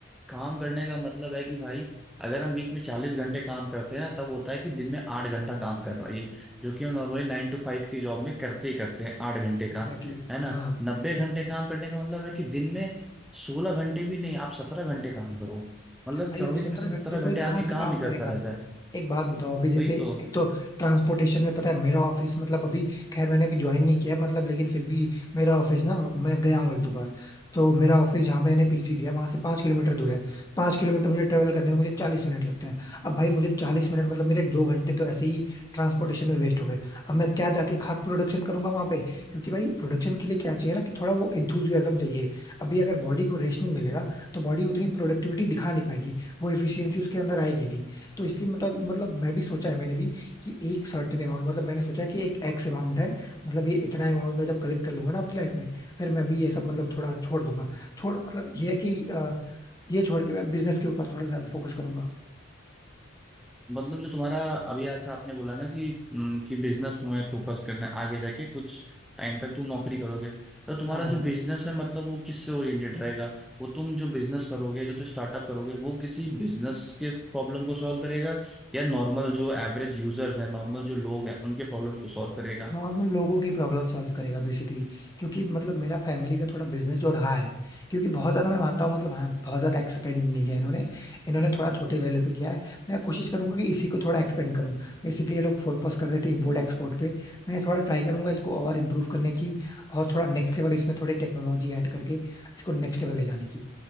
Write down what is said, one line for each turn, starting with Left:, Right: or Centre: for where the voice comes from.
Centre: काम करने का मतलब है कि भाई अगर हम वीक में चालीस घंटे काम करते हैं ना तब होता है कि दिन में आठ घंटा काम कर रहा है ये जो कि हम नॉर्मली नाइन टू फाइव की जॉब में करते ही करते हैं आठ घंटे काम
Left: एग्जैक्टली exactly,
Centre: है ना
Left: हाँ
Centre: नब्बे घंटे काम करने का मतलब है कि दिन में सोलह घंटे भी नहीं आप सत्रह घंटे काम करो मतलब
Left: भाई
Centre: चौबीस
Left: वो सत्रह
Centre: में से सत्रह
Left: घंटे कोई
Centre: घंटे
Left: कहाँ
Centre: आदमी
Left: से काम
Centre: काम ही करता
Left: करेगा
Centre: रह जाए
Left: एक बात बताओ अभी जैसे
Centre: वही तो
Left: एक तो ट्रांसपोर्टेशन में पता है मेरा ऑफिस मतलब अभी खैर मैंने अभी ज्वाइन नहीं किया मतलब लेकिन फिर भी मेरा ऑफिस ना मैं गया हूँ एक दो बार तो मेरा ऑफिस जहाँ मैंने पीजी लिया वहां से पाँच किलोमीटर दूर है पाँच किलोमीटर मुझे ट्रेवल करने में मुझे चालीस मिनट लगते हैं अब भाई मुझे चालीस मिनट मतलब मेरे दो घंटे तो ऐसे ही ट्रांसपोर्टेशन में वेस्ट हो गए अब मैं क्या जाके खाक प्रोडक्शन करूंगा वहां पे क्योंकि भाई प्रोडक्शन के लिए क्या चाहिए ना कि थोड़ा वो इंथुजियाज्म चाहिए अभी अगर बॉडी को रेस्ट नहीं मिलेगा तो बॉडी उतनी प्रोडक्टिविटी दिखा नहीं पाएगी वो एफिशिएंसी उसके अंदर आएगी नहीं तो इसलिए मतलब मतलब मैं भी सोचा है मैंने भी कि एक सर्टेन अमाउंट मतलब मैंने सोचा है कि एक एक्स अमाउंट है मतलब ये इतना अमाउंट मैं जब कलेक्ट कर लूंगा ना अपनी लाइफ में फिर मैं भी ये सब मतलब थोड़ा छोड़ दूंगा छोड़ मतलब ये है कि अ, ये छोड़ के मैं बिजनेस के ऊपर थोड़ा ज्यादा फोकस करूंगा
Centre: मतलब जो तुम्हारा अभी ऐसा आपने बोला ना कि हम्म, कि बिजनेस तुम्हें फोकस करना है आगे जाके कुछ टाइम तक तुम नौकरी करोगे तो तुम्हारा
Left: हाँ
Centre: जो बिजनेस है मतलब वो किससे ओरिएंटेड रहेगा वो तुम जो बिजनेस करोगे जो तुम स्टार्टअप करोगे वो किसी बिजनेस के प्रॉब्लम को सॉल्व करेगा या नॉर्मल जो एवरेज यूजर्स हैं नॉर्मल जो लोग हैं उनके प्रॉब्लम्स को सॉल्व करेगा
Left: नॉर्मल लोगों की प्रॉब्लम सॉल्व करेगा बेसिकली क्योंकि मतलब मेरा फैमिली का थोड़ा बिजनेस जो रहा है क्योंकि बहुत ज्यादा मैं मानता हूँ मतलब हाँ बहुत ज्यादा एक्सपेंड नहीं किया इन्होंने इन्होंने थोड़ा छोटे लेवल पे किया है मैं कोशिश करूंगा कि इसी को थोड़ा एक्सपेंड करूँ बेसिकली ये लोग फोकस कर रहे थे इम्पोर्ट एक्सपोर्ट पे मैं थोड़ा ट्राई करूंगा इसको और इम्प्रूव करने की और थोड़ा नेक्स्ट लेवल इसमें थोड़ी टेक्नोलॉजी ऐड करके इसको नेक्स्ट लेवल ले जाने की